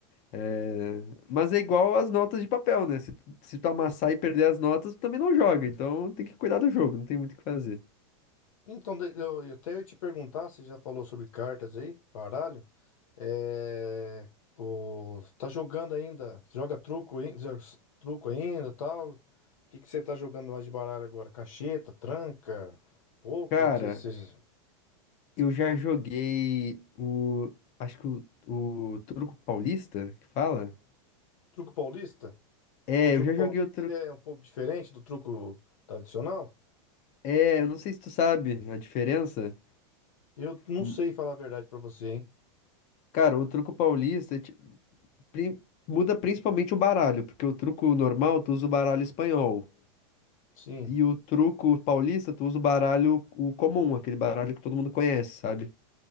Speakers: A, on the left (about 45°); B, on the left (about 85°).
A: É, Mas é igual as notas de papel, né? Se tu, se tu amassar e perder as notas, tu também não joga, então tem que cuidar do jogo, não tem muito o que fazer.
B: Então, de- eu, eu até ia te perguntar, você já falou sobre cartas aí, baralho? É, o, tá jogando ainda? Você Joga truco, ain- joga s- truco ainda, tal? O que que você tá jogando mais de baralho agora? Cacheta, tranca, pôquer,
A: Cara,
B: não sei se você...
A: eu já joguei o. Acho que o, o truco Paulista, que fala?
B: Truco paulista?
A: É,
B: O truco
A: eu já
B: paulista,
A: joguei o truco
B: ele é um pouco diferente do truco tradicional?
A: É, eu não sei se tu sabe a diferença.
B: Eu não
A: Hum,
B: sei falar a verdade pra você, hein?
A: Cara, o Truco Paulista é pri- muda principalmente o baralho, porque o truco normal tu usa o baralho espanhol.
B: Sim.
A: E o truco paulista, tu usa o baralho o comum, aquele baralho que todo mundo conhece, sabe?